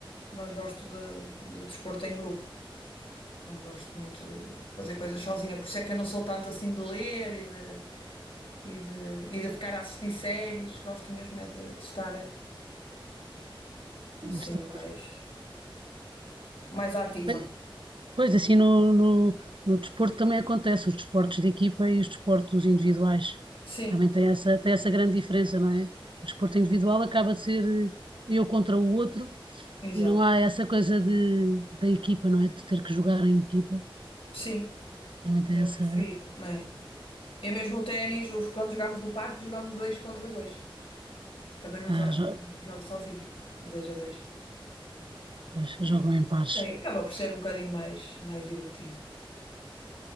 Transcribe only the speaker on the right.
Estou com
os- Pois assim no, no, no desporto também acontece, os desportos de equipa e os desportos individuais.
Também tem essa, tem essa grande diferença, não é? O desporto individual acaba de ser eh, eu contra o outro
e não há essa coisa de, da equipa, não é? De ter que jogar em equipa.
Também tem
essa.
Ah,
jo-
pois, jogam
em pares.